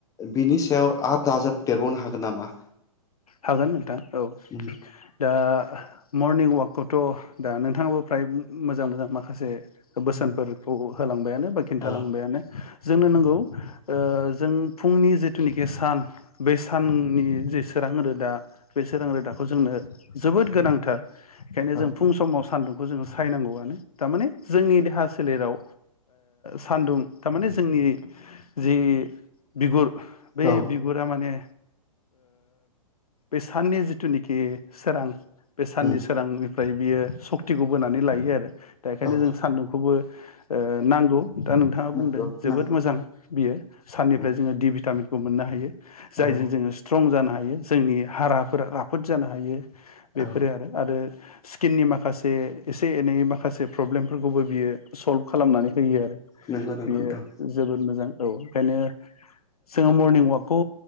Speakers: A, on the left; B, on the left.
A: बिनि सायाव आरो दाजाबदेरबावनो हागोन नामा?
B: हागोन नोंथां औ
A: उम
B: दा मर्निं अवाकखौथ' दा नोंथाङाबो फ्राय मोजां मोजां माखासे बोसोनफोरखौ
A: उम
B: होलांबायानो बा खिन्थालांबायानो।
A: औ
B: जोंनो नंगौ जों फुंनि जिथुनाखि सान बे साननि जि सोरां रोदा बे सोरां रोदाखौ जोंनो जोबोद गोनांथार। बेखायनो
A: औ
B: जों फुं समाव सान्दुंखौ जोङो सायनांगौआनो थारमाने जोंनि देहासो सोलेराव सान्दुं थारमाने जोंनि जि बिगुर बै
A: औ
B: बिगुरा माने बे साननि जिथुनिखि सोरां बे साननि
A: उम
B: सोरांनि ओमफ्राय बियो सक्तिखौ बोनानै लायो आरो। दा बेखायनो
A: औ
B: जों सान्दुंखौबो नांगौ दा नोंथाङा बुंदों
A: नंगौ
B: जोबोद
A: नंगौ
B: मोजां बियो। साननिफ्राय
A: उम
B: जोङो दि भिटामिन खौ मोननो हायो जायजों
A: औ
B: जोङो स्ट्रं जानो हायो जोंनि हाराफोरा राफोद जानो हायो। बेफोरो
A: औ
B: आरो आरो स्किननि माखासे एसे एनै माखासे प्रब्लेमफोरखौबो बियो सल्भ खालामनानै होयो आरो।
A: नंगौ नंगौ
B: बेयो
A: नोंथां
B: जोबोद मोजां औ ओंखायनो जोङो मर्निं अवाकखौ